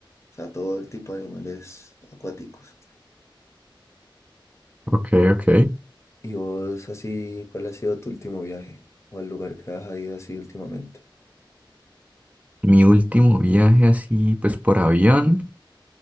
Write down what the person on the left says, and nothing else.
o sea, todo el tipo de animales acuáticos.
¿Y vos así, cuál ha sido tu último viaje? ¿O el lugar que has ido así últimamente?